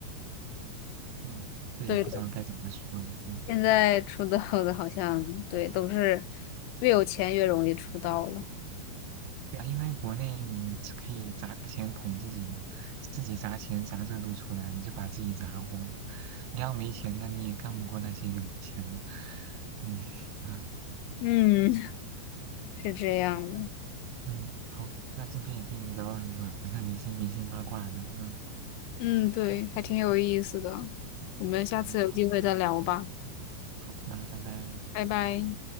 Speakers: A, on the right (about 85°); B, on the left (about 85°).
A: 嗯，这也不知道该怎么说呢。
B: 对的，
A: 嗯
B: 现在出道的好像对都是越有钱越容易出道了。
A: 对啊，因为国内你只可以砸钱捧自己嘛，自己砸钱砸热度出来，你就把自己砸火了。你要没钱的，你也干不过那些有钱的。嗯啊
B: 嗯，是这样的。
A: 嗯，好，那今天也跟你聊了很多 <laughs> 明星明星八卦呢。嗯
B: 嗯，对，还挺有意思的。我们下次有机会再聊吧，
A: 嗯，好，那好，那拜拜。
B: 拜拜。